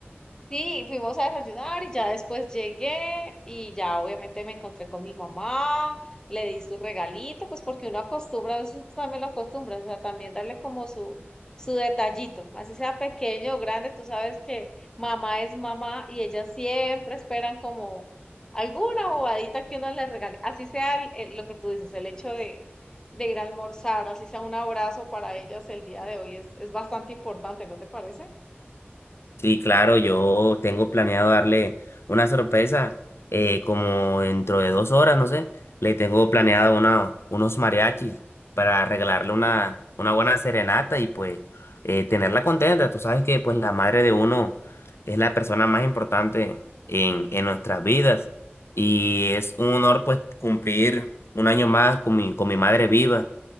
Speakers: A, on the left (about 15°); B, on the left (about 75°).
A: Sí, fuimos a desayunar y ya después llegué y ya obviamente me encontré con mi mamá, le di su regalito, pues porque uno acostumbra, a veces también lo acostumbra, o sea, también darle como su, su detallito, así sea pequeño o grande, tú sabes que mamá es mamá y ellas siempre esperan como alguna bobadita que uno les regale, así sea el- el- lo que tú dices, el hecho de, de ir a almorzar, así sea un abrazo para ellas el día de hoy es, es bastante importante, ¿no te parece?
B: Sí, claro, yo tengo planeado darle una sorpresa eh, como dentro de dos horas, no sé. Le tengo planeado una, unos mariachis para regalarle una, una buena serenata y pues eh, tenerla contenta. Tú sabes que pues la madre de uno es la persona más importante en, en nuestras vidas y es un honor pues cumplir un año más con mi, con mi madre viva.